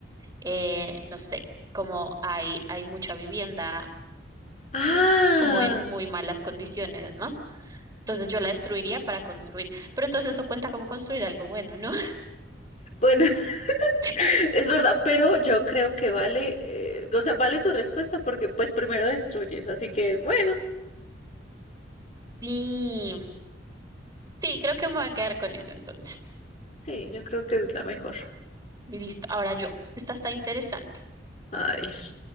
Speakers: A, on the right (about 20°); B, on the left (about 40°).
A: Eh, no sé, como hay, hay mucha vivienda
B: Ah,
A: como en muy malas condiciones, ¿no? Entonces yo la destruiría para construir. Pero entonces eso cuenta como construir algo bueno, ¿no?
B: bueno, <laughs>
A: <laughs>
B: es verdad, pero yo creo que vale, eh, o sea, vale tu respuesta porque pues primero destruyes, así que bueno.
A: Sí, sí, creo que me voy a quedar con eso entonces.
B: Sí, yo creo que es la mejor.
A: Y listo. Ahora yo. Esta está interesante.
B: Ay,